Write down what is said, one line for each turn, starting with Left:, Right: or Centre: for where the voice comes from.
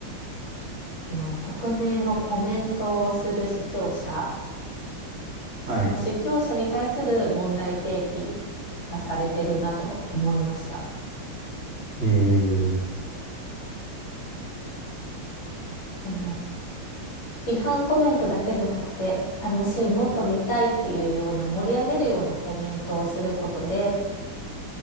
Left: あの、匿名のコメントをする視聴者、その視聴者に対する問題提起がされてるなと思いました。
Right: はい。えー、
Left: あの、批判コメントだけじゃなくて、楽しい、もっと見たいっていうような盛り上げるようなコメントをすることで、